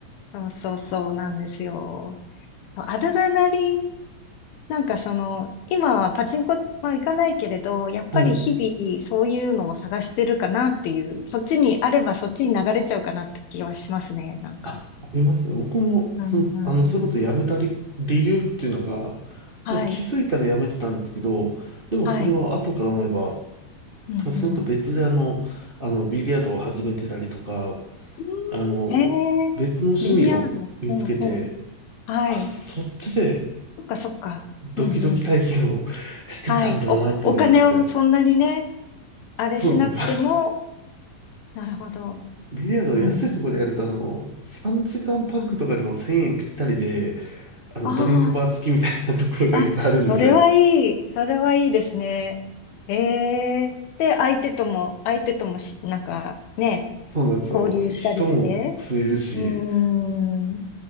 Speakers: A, on the left; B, on the right.
A: そうそうそうなんですよ。アドレナリン、なんかその、今はパチンコは行かないけれど、やっぱり日々そういうのを探してるかなっていう、
B: はい。
A: そっちにあればそっちに流れちゃうかなって気はしますね、なんか。
B: あありますね。僕も、
A: うんうん。
B: その、あの、それこそ辞めた理、理由っていうのが、
A: はい。
B: まあ、気づいたら辞めてたんですけど、でもそれは後から思えば、
A: はい。うんうん。
B: その後別であの、あの、ビリヤードを始めてたりとか、
A: うーん、
B: あの、
A: えー、
B: 別の趣味を見つけて、
A: ビリヤード。ほうほう。はい。
B: あ、そっちで
A: そっかそっか。
B: ドキドキ体験を
A: うんうん。
B: <laughs> してたんだなっていうのがあって、
A: はい。お、お金をそんなにね、あれしなくても、
B: そうなんです。<laughs>
A: なるほど。
B: ビリヤードは安いところでやると、
A: うん。うん
B: あの、3時間パックとかでも1000円ぴったりで、
A: うん。
B: あの、
A: あ
B: ドリンクバー付きみたいなところがいっぱいあるんですよ。
A: あ、あ、それはいい。それはいいですね。ええで、相手とも、相手ともし、なんかね、
B: そうなんですよ。
A: 交流したりして。
B: 人も増えるし、
A: うーん、